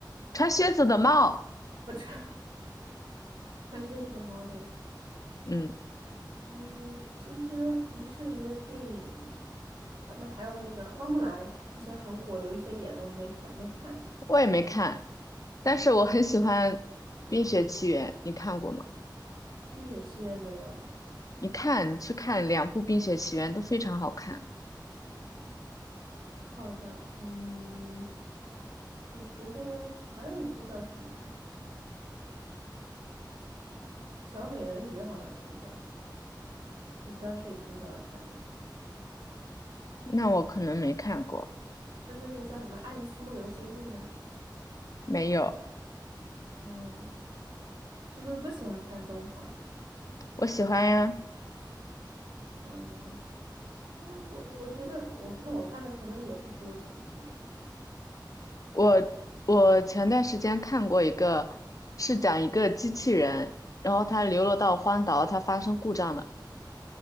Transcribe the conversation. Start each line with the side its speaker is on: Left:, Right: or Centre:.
Left: 《穿靴子的猫》。
Right: 我穿 <laughs> 穿靴子的猫，对，
Left: 嗯，
Right: 嗯，其实迪士尼的电影，咱们还有那个花木兰之前很火，刘亦菲演的，我没看没看，
Left: 我也没看，
Right: 你
Left: 但是我很喜欢《冰雪奇缘》，你看过吗？
Right: 《冰雪奇缘》没有？哎，
Left: 你看，你去看两部《冰雪奇缘》都非常好看。
Right: 好的，嗯，我觉得还有一部叫什么《小美人鱼》，好像是叫，我当时也挺喜欢看的。
Left: 那我可能没看过，
Right: 那那个叫什么《爱丽丝梦游仙境》呢？
Left: 没有，
Right: 嗯，你是不是不喜欢看动画？
Left: 我喜欢呀。
Right: 嗯，就我我觉得我那我看的可能也不多，其实
Left: 我我前段时间看过一个，是讲一个机器人，然后它流落到荒岛，它发生故障了。